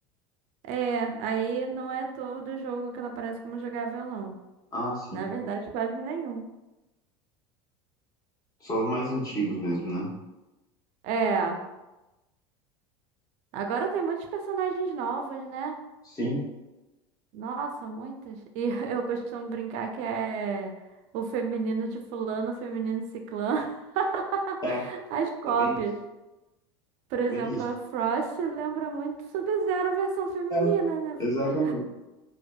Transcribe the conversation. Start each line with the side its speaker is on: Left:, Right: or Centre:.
Right: é. Aí não é todo jogo que ela aparece como jogável, não.
Left: Ah, sim.
Right: Na verdade, quase nenhum.
Left: Só os mais antigos mesmo, né?
Right: É. Agora tem muitos personagens novos, né?
Left: Sim.
Right: Nossa, muitos. E <laughs> eu costumo brincar que é o feminino de fulano, o feminino de ciclano, <laughs>
Left: É, é
Right: as cópias.
Left: bem isso.
Right: Por exemplo,
Left: Bem isso.
Right: a Frost lembra muito Sub-Zero versão feminina,
Left: É.
Right: né? Porque...
Left: Exatamente.
Right: <laughs>